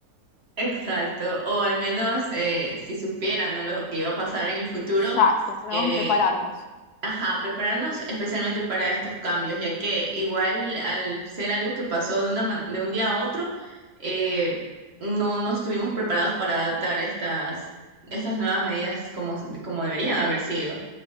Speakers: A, on the right; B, on the left.
A: Exacto, o al menos eh, si supieran, ¿no? lo que iba a pasar en el futuro,
B: Exacto, ¿no?
A: eh,
B: Prepararnos.
A: ajá, prepararnos especialmente para estos cambios, ya que igual al ser algo que pasó de, una man- de un día a otro, eh, no, no estuvimos preparados para adaptar estas, estas nuevas medidas como, como deberían haber sido.